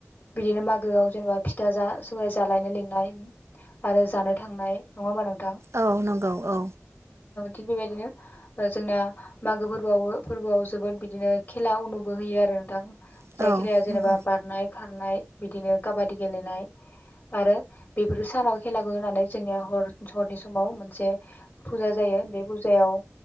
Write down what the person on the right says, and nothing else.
औ नंगौ औ।
औ
औ नंगौ